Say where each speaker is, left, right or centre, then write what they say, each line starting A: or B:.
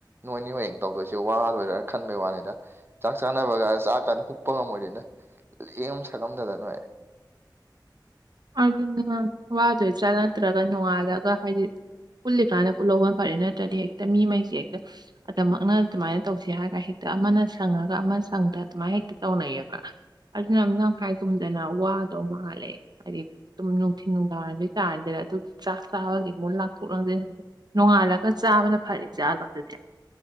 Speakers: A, on the right (about 30°); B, on the right (about 60°).
A: ꯅꯣꯏꯅꯤ ꯍꯌꯦꯡ ꯇꯧꯗꯣꯏꯁꯦ ꯋꯥꯗꯣꯏꯔꯥ ꯈꯟꯕꯩ ꯋꯥꯅꯤꯗ ꯆꯥꯛ ꯆꯥꯅꯕꯒ ꯆꯥꯛ ꯀꯥꯟꯗ ꯍꯨꯞꯛꯄ ꯉꯝꯃꯣꯏꯗꯣꯏꯅ ꯌꯦꯡ ꯑꯃ ꯁꯛꯉꯝꯗꯗ ꯅꯣꯏ
B: ꯑꯗꯨꯅ ꯋꯥꯗꯣꯏ ꯆꯠ ꯅꯠꯇ꯭ꯔꯒ ꯅꯣꯡꯉꯥꯜꯂꯒ ꯍꯥꯏꯗꯤ ꯄꯨꯜꯂꯤꯀꯥꯟꯗ ꯄꯨꯜꯍꯧꯕ ꯐꯔꯦ ꯅꯠꯇ꯭ꯔꯗꯤ ꯍꯦꯛꯇ ꯃꯤꯉꯩꯁꯦ ꯍꯦꯛꯇ ꯑꯗꯨꯃꯛꯅ ꯑꯗꯨꯃꯥꯏꯅ ꯇꯧꯁꯤ ꯍꯥꯏꯔꯒ ꯍꯦꯛꯇ ꯑꯃꯅ ꯁꯪꯉꯒ ꯑꯃ ꯁꯪꯗ ꯑꯗꯨꯃꯥꯏꯅ ꯍꯦꯛꯇ ꯇꯧꯅꯩꯌꯦꯕ ꯑꯗꯨꯅ ꯅꯪꯈꯥꯏꯒꯨꯝꯗꯅ ꯋꯥꯗꯣ ꯃꯥꯜꯂꯦ ꯍꯥꯏꯗꯤ ꯑꯗꯨꯝ ꯅꯨꯡꯊꯤ ꯅꯨꯡꯗꯥꯡꯕꯒꯤꯇꯥꯥꯔꯗꯤꯗ ꯑꯗꯨ ꯆꯥꯛ ꯆꯥꯕꯒꯤ ꯃꯨꯛ ꯂꯥꯛꯊꯣꯛ ꯂꯥꯡꯖꯤꯟ ꯍꯥꯜꯂꯒ ꯆꯥꯕꯅ ꯐꯔꯤ ꯖꯥꯠꯂꯣ ꯑꯗꯨꯗꯤ